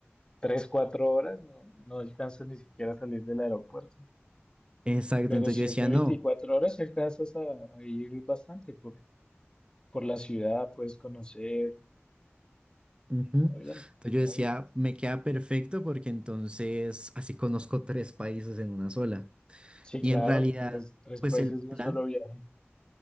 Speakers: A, on the left; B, on the right.
A: 3 4 horas, no, no alcanzas ni siquiera a salir del aeropuerto.
B: exacto,
A: Pero
B: entonces
A: si
B: yo decía,
A: es de
B: no.
A: 24 horas, alcanzas a, a ir bastante por, por la ciudad, puedes conocer.
B: ujú".
A: Está bien,
B: Entonces
A: está
B: yo decía,
A: bien.
B: me queda perfecto porque entonces así conozco tres países en una sola.
A: Sí,
B: Y
A: claro,
B: en realidad,
A: tres, tres
B: pues
A: países
B: el plan,
A: de un solo viaje.